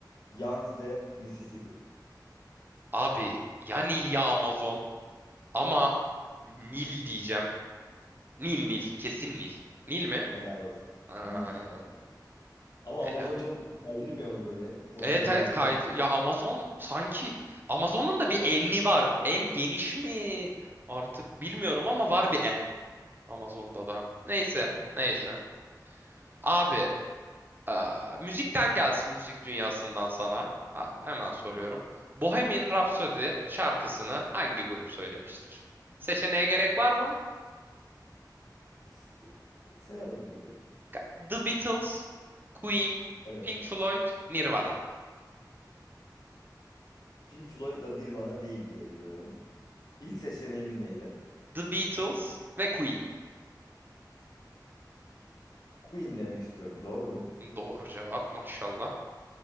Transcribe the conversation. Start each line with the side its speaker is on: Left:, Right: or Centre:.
Left: Yangtze, Mississippi.
Right: abi ya Nil ya Amazon ama Nil diyeceğim. Nil Nil. Kesin Nil. Nil mi?
Left: Helal olsun.
Right: Aa,
Left: Nil. Evet. Ama
Right: Ela.
Left: Amazon çok deldirmiyor mu böyle? Koskoca
Right: Evet evet
Left: bir kıta.
Right: kaydı. Ya Amazon sanki Amazon'un da bir enli var. En geniş mi? Artık bilmiyorum ama var bir en. Amazon'da da. Neyse. Neyse. Abi, eee, müzikten gelsin müzik dünyasından sana. Abi, hemen soruyorum.
Left: Tamam.
Right: Bohemian Rhapsody şarkısını hangi grup söylemiştir? Seçeneğe gerek var mı?
Left: S- Sayalım biz bir.
Right: Ka- The Beatles, Queen,
Left: Evet.
Right: Pink Floyd, Nirvana.
Left: Pink Floyd'la Nirvana değil diye biliyorum. İlk seçeneğimiz neydi?
Right: The Beatles ve Queen.
Left: Queen demek istiyorum. Doğru mu?
Right: Doğru cevap maşallah.